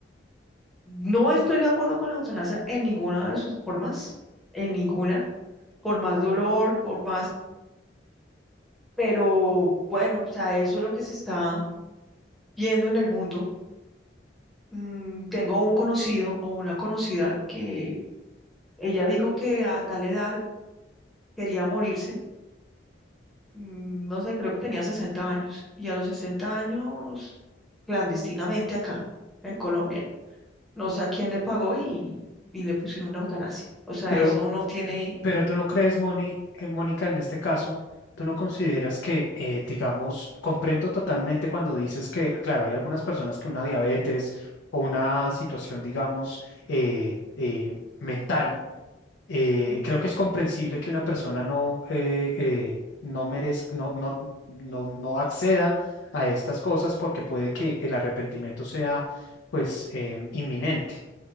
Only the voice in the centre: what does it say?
No estoy de acuerdo con la eutanasia en ninguna de sus formas, en ninguna, por más dolor, por más, pero bueno, o sea, eso es lo que se está viendo en el mundo. Mm, tengo un conocido o una conocida que ella dijo que a tal edad quería morirse mm, no sé, creo que tenía 60 años y a los sesenta años clandestinamente acá, en Colombia. No sé a quién le pagó y, y le pusieron la eutanasia. O sea,
eso no tiene...
Mm.